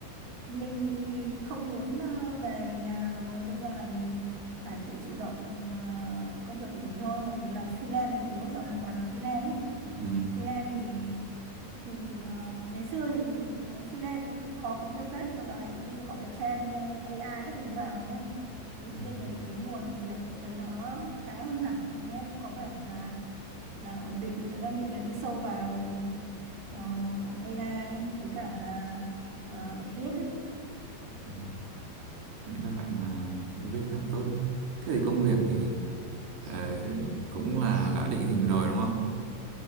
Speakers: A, on the right; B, on the right.
A: mình thì không muốn ờ, về nhà rồi đâm ra là mình phải tự chủ động ờ, công việc của mình thôi mà dù làm freelance thì tớ dạo này toàn làm freelance ấy
B: Ừ.
A: freelance thì thì ờ, ngày xưa thì ờ, freelance khó kiếm việc phết nhưng mà dạo này tự nhiên là có cái trend ờ, AI các thứ vào ấy thì tự
B: ừ,
A: nhiên cái cái nguồn việc tôi thấy nó khá hơn hẳn nó nghe cũng có vẻ là là ổn định thì tôi đang định là đi sâu vào ờ, AI với cả là ờ, viết ấy
B: ừ. Nghĩ là bạn à, cũng viết khá tốt. đấy. Thế thì công việc thì ờ, cũng là đã định hình rồi đúng không?